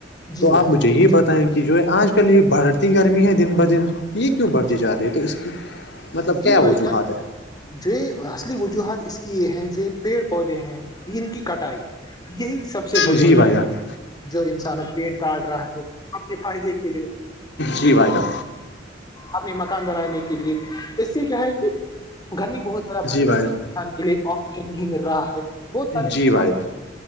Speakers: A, on the left (about 20°); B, on the left (about 60°).
A: جی
B: تو
A: بھائی
B: آپ
A: جان
B: مجھے
A: بالکل
B: یہ
A: صحیح
B: بتائیں
A: کہا
B: کہ کہ جو ہے آج کل یہ بڑھتی گرمی ہے دن ب دن یہ کیوں
A: آپ
B: بڑھتی
A: جی
B: جا رہی ہے تو اس کی مطلب
A: جی
B: کیا
A: بھائی
B: وجوہات
A: جان
B: ہے
A: جو اصلی وجوہات اس کی یہ ہے جو پیڑ پودے ہیں ان کی کٹائی یہی سب سے
B: ہے
A: بڑی
B: جی
A: وجہ
B: بھائی
A: ہے
B: جان
A: جو انسانوں پلیٹ کاٹ رہا ہے اپنے فائدے کے لیے
B: جی بائیٹہ
A: اپنے مکان بنانے کے لیے اس سے کیا ہے کہ گرمی بہت بڑ
B: جی
A: رہی
B: بھائی
A: انسان کے لیے آکسیجن نہیں مل رہا ہے بہت ساری مشکلات
B: جی بھائی